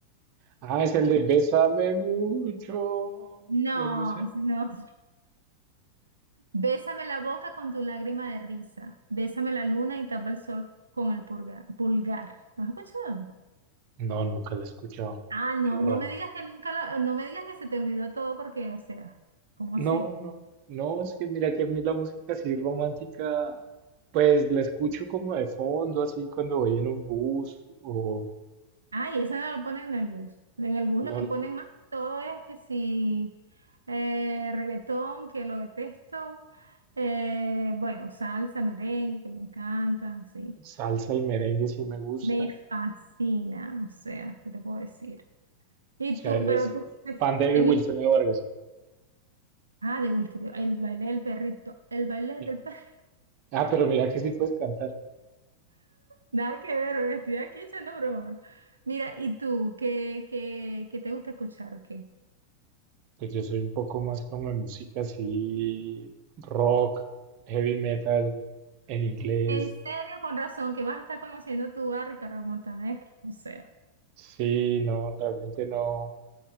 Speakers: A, on the right; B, on the right.
A: Ah, es el de Bésame mucho
B: no,
A: o algo así.
B: es- no. <laughs> Bésame la boca con tu lágrima de risa. Bésame la luna y tapa el sol con el pulga- pulgar. ¿Lo has escuchado?
A: No, nunca la he escuchado.
B: Ah, no,
A: Qué raro.
B: no me digas que nunca la- no me digas que se te olvidó todo porque, o sea, ¿cómo así?
A: No, no, no, es que mira que a mí la música así romántica, pues la escucho como de fondo, así cuando voy en un bus o
B: Ay, eso no lo ponen en el bus. En el bus
A: no,
B: lo que ponen más que todo es que si eh, reggaetón, que lo detesto, eh, bueno, salsa, merengue, que me encanta, sí.
A: salsa y merengue si me gusta.
B: Me fascina, o sea, ¿qué te puedo decir? Y
A: O sea,
B: tú,
A: eres
B: pero tú,
A: fan de
B: en
A: Wilfredo Vargas.
B: Ah, de Will Smith, el baile del perrito, el baile
A: Sí.
B: del perrito. <laughs>
A: Ah, pero mira que sí puedes cantar.
B: Nada que ver, me estoy aquí echando broma. Mira, ¿y tú qué, qué, qué te gusta escuchar o qué?
A: Pues yo soy un poco más como de música así, rock, heavy metal, en inglés.
B: En serio, con razón, que vas a estar conociendo tú a Ricardo Montaner, o sea.
A: Sí, no, realmente no.